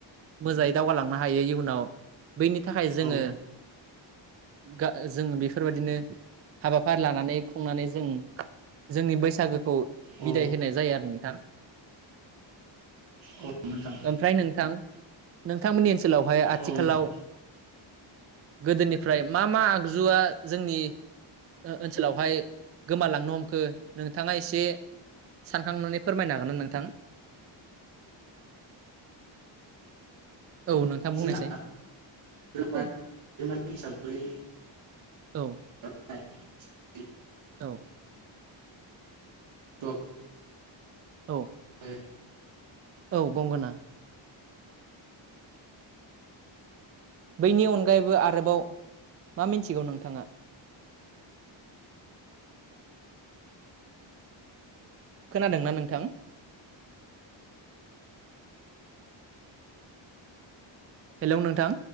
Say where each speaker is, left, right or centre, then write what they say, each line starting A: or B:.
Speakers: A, on the right; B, on the right.
A: मोजाङै दावगालांनो हायो इयुनाव बैनि थाखाय जोङो
B: औ
A: गा जों बेफोरबायदिनो हाबाफारि लानानै खुंनानै जों जोंनि बैसागोखौ
B: औ
A: बिदाय होनाय जायो आरो नोंथां
B: औ नोंथां
A: ओमफ्राय नोंथां, नोंथांमोननि ओनसोलावहाय आथिखालाव
B: औ नोंथां औ
A: गोदोनिफ्राय मा मा आगजुआ जोंनि ओ-ओनसोलावहाय गोमालांनो हमखो नोंथाङा एसे सानखांनानै फोरमायनो हागोन्ना नोंथां? औ नोंथां बुंनायसाय
B: जोंना <unintelligible>
A: औ
B: हिसाबै
A: औ
B: <unintelligible>
A: औ
B: <unintelligible>
A: औ
B: <unintelligible>
A: औ गंगोना बैनि अनगायैबो आरोबाव मा मिन्थिगौ नोंथाङा? <inaudible> खोनादोंना नोंथां? हेलौ नोंथां